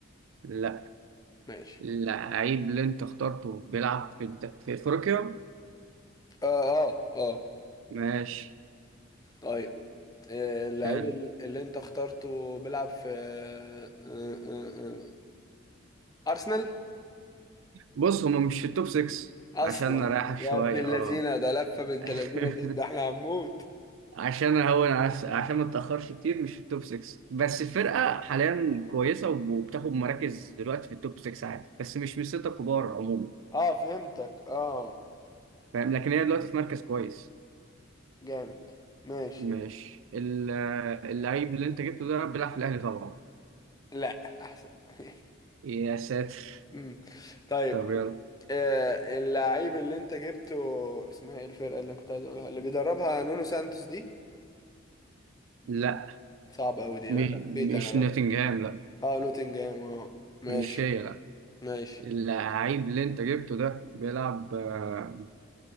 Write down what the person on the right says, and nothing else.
لا
اللعيب اللي انت اخترته بيلعب في الد... في افريقيا
ماشي
حلو
بص هما مش في التوب 6
عشان نريحك شوية
اه
<laughs>
عشان اهون عس... عشان ما اتاخرش كتير مش في التوب 6 بس الفرقة حاليا كويسة وب- وبتاخد مراكز دلوقتي في التوب 6 عادي بس مش من الستة الكبار عموما
فاهم لكن هي دلوقتي في مركز كويس
ماشي ال- اللعيب اللي انت جبته ده بيلعب في الاهلي طبعا
يا ساتر
طب يلا
لا
م-
مش نوتنجهام
لا
مش هي لا
اللعيب اللي انت جبته ده بيلعب آه،